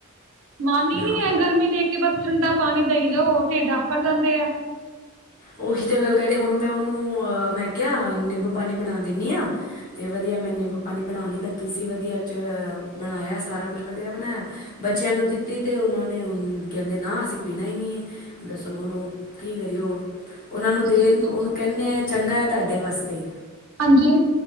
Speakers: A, on the right; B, on the left.
A: ਮਾਨ ਹੀ
B: ਨਾ
A: ਨੀ ਹੈ ਗਰਮੀ ਦੇਖ ਕਿ ਬਸ ਠੰਡਾ ਪਾਣੀ ਦਈ ਜਾਓ ਢਿੱਡ ਆਕਰ ਜਾਂਦੇ ਆ।
B: ਉਹੀ ਤਾਂ ਗੱਲ ਕਹਿ ਰੇ ਹੁਣ ਮੈਂ ਉਹਨੂੰ ਮੈਂ ਕਿਹਾ ਨਿੰਬੂ-ਪਾਣੀ ਬਣਾ ਦਿੰਦੀ ਹਾਂ। ਤੇ ਵਧੀਆ ਮੈਂ ਨਿੰਬੂ ਪਾਣੀ ਬਣਾਉਣ ਲੱਗੀ ਸੀ ਵਧੀਆ ਚ ਬਣਾਇਆ ਸਾਰਾ ਕੁਝ ਵਧੀਆ ਬਣਾਇਆ ਬੱਚਿਆਂ ਨੂੰ ਤੇ ਉਹਨਾਂ ਨੂੰ ਕਹਿੰਦੇ ਨਾ ਅਸੀਂ ਪੀਣਾ ਹੀ ਨਹੀਂ ਹੈ। ਦੱਸੋ ਉਹਨੂੰ ਕੀ ਕਰੀਓ? ਉਹਨਾਂ ਨੂੰ ਦੇਣ
A: ਸਟੀਲ ਦੇ
B: ਉਹਨੂੰ
A: ਭਾਂਡੇ
B: ਕਹਿੰਦੇ
A: ਚ ਵੀ
B: ਹੈ ਚੰਗਾ
A: ਨਿੰਬੂ
B: ਹੈ ਤੁਹਾਡੇ
A: ਪਾਣੀ
B: ਵਾਸਤੇ।
A: ਹਾਂਜੀ,